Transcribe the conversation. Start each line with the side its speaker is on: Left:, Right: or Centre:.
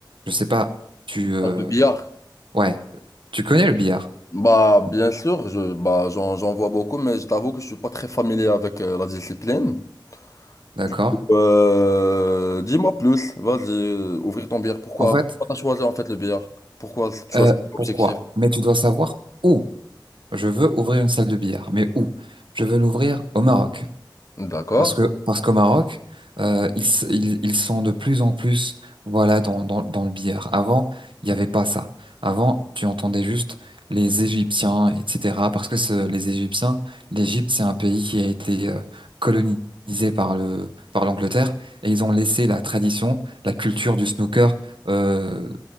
Right: Je sais pas. Tu, euh,
Left: Ah, Le billard.
Right: ouais, tu connais le billard,
Left: Bah, bien sûr, je, bah, j'en, j'en vois beaucoup, mais je t'avoue que je suis pas très familier avec euh, la discipline.
Right: d'accord?
Left: Du coup, euh, dis-moi plus. Vas-y, euh, ouvrir ton billard. Pourquoi,
Right: En fait,
Left: pourquoi t'as choisi en fait le billard? Pourquoi tu
Right: euh,
Left: as cet objectif?
Right: pourquoi? Mais tu dois savoir où. Je veux ouvrir une salle de billard, mais où? Je veux l'ouvrir au Maroc.
Left: D'accord.
Right: Parce que, parce qu'au Maroc, euh, ils, s- ils, ils sont de plus en plus, voilà, dans, dans, dans le billard. Avant, il n'y avait pas ça. Avant, tu entendais juste les Égyptiens, etc. Parce que ce- les Égyptiens, l'Égypte, c'est un pays qui a été euh, colonisé par le, par l'Angleterre et ils ont laissé la tradition, la culture du snooker euh,